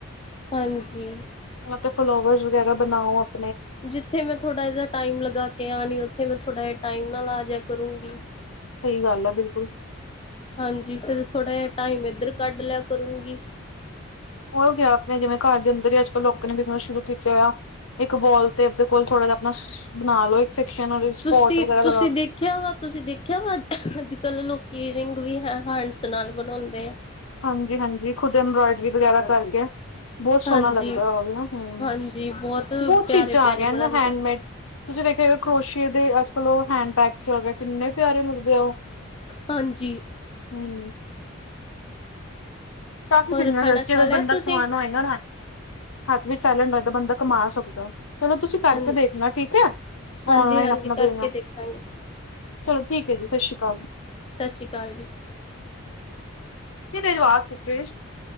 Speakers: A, on the left; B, on the left.
A: ਹਾਂਜੀ
B: ਉਹਨਾਂ ਤੇ ਫਲਾੋਵਰਸ ਵਗੈਰਾ ਬਣਾਓ ਆਪ
A: ਜਿੱਥੇ ਮੈਂ ਥੋੜ੍ਹਾ ਜਿਹਾ ਟਾਈਮ ਲਗਾ ਕੇ ਆਣੀ ਉਥੇ ਮੈਂ ਥੋੜਾ ਜਹਾ ਟਾਈਮ ਨਾਲ ਆ ਜਾ ਕਰੂੰਗੀ।
B: ਸਹੀ ਗੱਲ ਆ ਬਿਲਕੁਲ
A: ਹਾਂਜੀ ਫੇਿਰ ਥੋੜ੍ਹਾ ਜਿਹਾ ਟਾਈਮ ਇੱਧਰ ਕੱਢ ਲਿਆ ਕਰੂੰਗੀ
B: ਹੋ ਗਿਆ ਆਪਣੇ ਜਿਵੇਂ ਘਰ ਦੇ ਅੰਦਰ ਹੀ ਅੱਜ ਕੱਲ ਲੋਕਾਂ ਨੇ ਬਿਜਨਸ ਸ਼ੁਰੂ ਕੀਤੇ ਹੋਆ ਇੱਕ ਵੋਲ ਤੇ ਆਪਦੇ ਕੋਲ ਥੋੜਾ ਜ ਆਪਣਾ ਬਣਾ ਲੋ ਇੱਕ ਸੈਕਸ਼ਨ ਸਪੋਟ
A: ਤੁਸੀਂ
B: ਵਗੈਰਾ
A: ਤੁਸੀਂ
B: ਲਗਾ
A: ਦੇਖਿਆ ਵਾ ਤੁਸੀਂ ਦੇਖਿਆ ਵਾ ਅੱਜ ਕੱਲ੍ਹ ਲੋਕੀ ਰਿੰਗ ਵੀ ਹੈ ਹੈਂਡਸ ਨਾਲ ਬਣਾਉਂਦੇ
B: ਹਾਂਜੀ ਹਾਂਜੀ ਖੁਦ ਐੰਬਰਾੋਇਡਰੀ ਵਗੈਰਾ ਕਰਕੇ ਬਹੁਤ ਸੋਹਣਾ
A: ਹਾਂਜੀ
B: ਲੱਗਦਾ ਹਮ
A: ਹਾਂਜੀ
B: ਬਹੁਤ
A: ਪਿਆਰੇ
B: ਚੀਜ਼ਾਂ
A: ਪਿਆਰੇ
B: ਆ ਗਈਆਂ ਨਾ
A: ਬਣਾਉਂਦੇ
B: ਹੈਂਡਮੇਡ ਤੁਸੀਂ ਦੇਖਿਆ ਕਰੋਸ਼ੀਏ ਦੇ ਅੱਜ ਕੱਲ ਹੈਂਡ ਬੈਗਸ ਕਿੰਨੇ ਪਿਆਰੇ ਲੱਗਦੇ ਆ ਉਹ
A: ਹਾਂਜੀ
B: ਹਮ ਕਾਫੀ
A: ਹੋਰ
B: ਬਿਗਣਾ
A: ਖਾਣਾ
B: ਦੱਸ ਜ
A: ਖਾ
B: ਅਗਰ
A: ਲਿਆ
B: ਬੰਦਾ
A: ਤੁਸੀਂ
B: ਕਮਾਨਣਾ ਹੋਏਗਾ ਨਾ ਹੱਥ ਵੀ ਟੈਲੈਂਟ ਬੰਦਾ ਕਮਾ ਸਕਦਾ ਚਲੋ ਤੁਸੀਂ ਕਰਕੇ
A: ਹਾਂ
B: ਦੇਖਣਾ ਠੀਕ ਹੈ,
A: ਹਾਂਜੀ-ਹਾਂਜੀ
B: ਓਨਲਾਈਨ ਆਪਣਾ
A: ਕਰਕੇ
B: ਦੇਣਾ।
A: ਦੇਖਾਂਗੇ
B: ਚਲੋ ਠੀਕ ਏ ਜੀ ਸਤਿ ਸ਼੍ਰੀ ਅਕਾਲ।
A: ਸਤਿ ਸ਼੍ਰੀ ਅਕਾਲ ਜੀ।
B: ਨੀ ਇਹਦੇ ਜਵਾਕ ਕਿੱਥੇ?